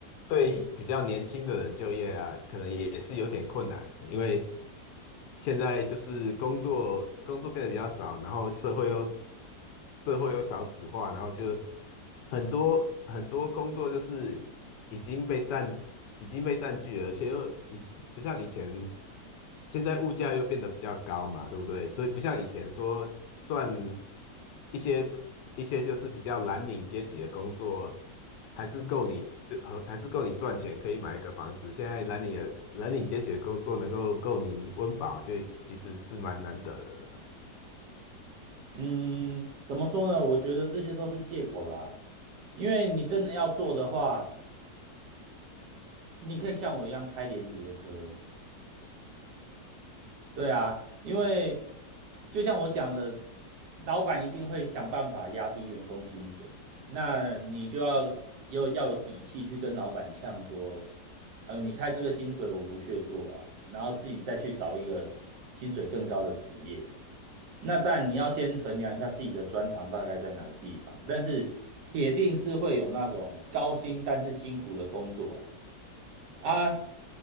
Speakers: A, on the left; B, on the right.
A: 对比较年轻的人就业啊，可能也是有点困难，因为现在就是工作工作变得比较少，然后社会又社会又少子化，然后就很多很多工作就是已经被占已经被占据了而且又已不像以前。现在物价又变得比较高嘛，对不对？所以不像以前说赚一些一些就是比较蓝领阶级的工作，还是够你就和还是够你赚钱，可以买一个房子。现在蓝领的蓝领阶级的工作能够够你温饱，就其实是蛮难得的了。
B: 嗯，怎么说呢？我觉得这些都是借口啦。因为你真的要做的话，你可以像我一样开联结车。对啊，因为就像我讲的，老板一定会想办法压低员工薪水，那你就要有要有底气去跟老板呛说，哎呦，你开这个薪水我不屑做啊，然后自己再去找一个薪水更高的职业嘛。那但你要先衡量一下自己的专长大概在哪个地方，但是铁定是会有那种高薪但是辛苦的工作啦。啊